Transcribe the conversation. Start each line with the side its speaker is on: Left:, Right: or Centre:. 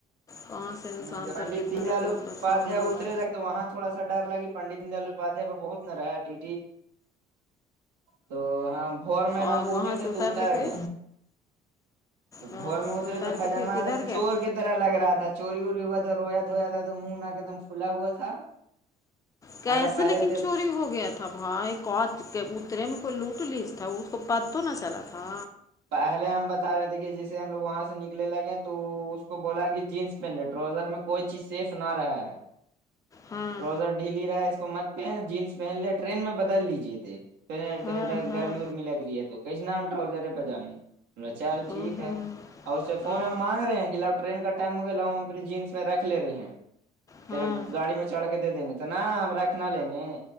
Left: کہاں سے انسان
Right: پنڈت
Left: پر کتنا
Right: دین دیال
Left: رحمت
Right: اپادھیائے
Left: بسا محلہ
Right: اترے لگے تو وہاں تھوڑا سا ڈر لگی پنڈت د دل الواادیا پ بہت نرایا ٹی تو ہاں بور میدم
Left: اور وہاں
Right: پہنچے تھے
Left: سے
Right: تو اتار
Left: کے پھر
Right: گئے تو
Left: ہاں
Right: بور میں اترے
Left: اتار
Right: تو فجانا
Left: کے پھر کدھر
Right: دم
Left: گئے
Right: چور کے طرح لگ رہا تھا چوری ووری ہوا تھا رویا دھویا تھا تو منہ ن کے ایک دم پھلا ہوا تھا ہم
Left: کیسے
Right: لوگ پہلے
Left: لیکن
Right: تھے
Left: چوری ہو گیا تھا بھائی کوت اترے میں کوئی لوٹ لی تھا اس کو پت تو نہ چلا تھا
Right: پہلے ہم بتا رہے تھے کہ جسے ہم لوگ وہاں سے نکلنے لگے تو اس کو بولا کہ جینس پہن لے ٹراؤزر میں کوئی چیز سیف نہ رہا ہے
Left: ہاں
Right: ٹروزر ڈھیلی رہا ہے اس کو مت پہن جینس پہن لے ٹرین میں بدل لیجے تھے پ
Left: ہاں
Right: طرح
Left: ہاں
Right: گرمی ارمی لگ رہی ہے تو کس نٹ رہے پہ جائیں گے چل
Left: او
Right: ٹھیک
Left: ہو
Right: ہے اور اس سے
Left: ہاں
Right: فون ہم مانگ رہ ہیں کہ لو ٹرین کا ٹائم ہو گیا لو ہم اپنی جینس میں رکھ لے رہی ہیں
Left: ہاں
Right: تیرے گاڑی میں چڑھ کے دے دیں گے تو نا ہم رکھنا لیں گے